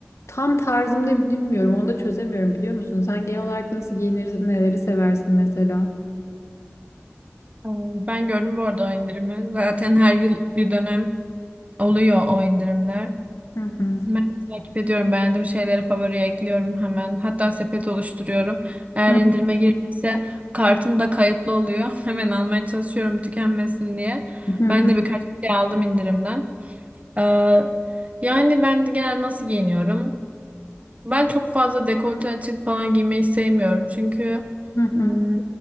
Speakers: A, on the left; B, on the right.
A: tam tarzım ne bilmiyorum. Onu da çözemiyorum biliyor musun? Sen genel olarak nasıl giyinirsin, neleri seversin mesela?
B: Ee, Ben gördüm bu arada o indirimi. Zaten her yıl bir dönem oluyor o indirimler.
A: Hı hı.
B: Ben takip ediyorum. Beğendiğim şeyleri favoriye ekliyorum hemen. Hatta sepet oluşturuyorum. Eğer
A: Hı
B: indirime girdiyse kartım da kayıtlı oluyor. <laughs> Hemen almaya çalışıyorum tükenmesin diye.
A: hı hı
B: Ben de birkaç şey aldım indirimden. Ee, yani ben de genel nasıl giyiniyorum? Ben çok fazla dekolte açık falan giymeyi sevmiyorum. Çünkü
A: hı hı
B: ım,